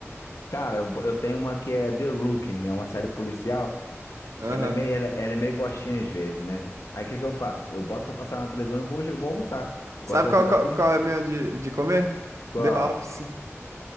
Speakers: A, on the left (about 85°); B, on the right (about 80°).
A: Cara, eu eu tenho uma que é The Rookie, é uma série policial.
B: Aham.
A: Ela é meio, ela, ela é meio bostinha às vezes, né? Aí o que que eu faço? Eu boto pra passar na televisão e vou, vou almoçar.
B: Sabe
A: Gosto de almoçar,
B: qual, qual,
A: né?
B: qual é a minha de, de comer?
A: Qual?
B: The Office.